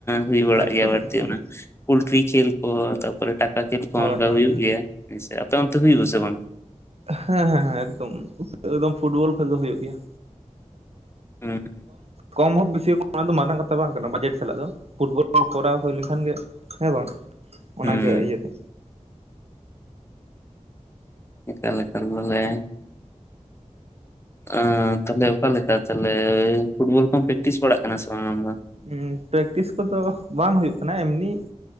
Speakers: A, on the left; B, on the right.
A: ᱦᱩᱭ ᱵᱟᱲᱟᱜ
B: ᱮᱠᱫᱚᱢ
A: ᱜᱮᱭᱟ ᱵᱟᱹᱲᱛᱤ
B: ᱮᱠᱫᱚᱢ
A: ᱚᱱᱟ ᱯᱚᱞᱴᱨᱤ ᱠᱷᱮᱞ ᱠᱚ ᱛᱟᱯᱚᱨᱮ ᱴᱟᱠᱟ ᱠᱷᱮᱞ ᱠᱷᱚᱸ
B: ᱦᱳᱭ
A: ᱚᱱᱠᱟ
B: ᱦᱳᱭ
A: ᱦᱩᱭᱩᱜ ᱜᱮᱭᱟ ᱦᱟᱹᱭ ᱥᱮ ᱟᱯᱮ ᱚᱱᱛᱮ ᱦᱩᱭᱩᱜ ᱟᱥᱮ ᱵᱟᱝ?
B: ᱦᱮᱸ ᱦᱮᱸ ᱦᱮᱸ ᱮᱠᱫᱚᱢ ᱮᱠᱫᱚᱢ ᱯᱷᱩᱴᱵᱚᱞ ᱠᱷᱮᱞ ᱫᱚ ᱦᱩᱭᱩᱜ ᱜᱮᱭᱟ᱾
A: ᱦᱮᱸ
B: ᱠᱚᱢ ᱦᱳᱠ ᱵᱤᱥᱤ ᱦᱳᱠ ᱚᱱᱟ ᱫᱚ ᱢᱟᱨᱟᱝ ᱠᱟᱛᱷᱟ ᱵᱟᱝ ᱠᱟᱱᱟ ᱵᱟᱡᱮᱴ ᱥᱟᱞᱟᱜ ᱫᱚ ᱯᱷᱩᱴᱵᱚᱞ ᱠᱷᱮᱞ ᱠᱚᱨᱟᱣ ᱦᱩᱭ ᱞᱮᱠᱷᱟᱱ ᱜᱮ ᱦᱮᱸ ᱵᱟᱝ ᱚᱱᱟᱜᱮ
A: ᱦᱩᱸ
B: ᱤᱭᱟᱹ ᱫᱚ᱾
A: ᱮᱠᱟᱞ ᱮᱠᱟᱞ ᱵᱚᱞᱮ ᱟᱸ ᱛᱟᱦᱚᱞᱮ ᱚᱠᱟᱞᱮᱠᱟ ᱛᱟᱦᱚᱞᱮ ᱯᱷᱩᱴᱵᱚᱞ ᱠᱚᱢ ᱯᱮᱠᱴᱤᱥ ᱵᱟᱲᱟᱜ ᱠᱟᱱᱟ ᱥᱮ ᱵᱟᱝ ᱟᱢ ᱫᱚ?
B: ᱮᱸ ᱯᱮᱠᱴᱤᱥ ᱠᱚᱫᱚ ᱵᱟᱝ ᱦᱩᱭᱩᱜ ᱠᱟᱱᱟ, ᱮᱢᱱᱤ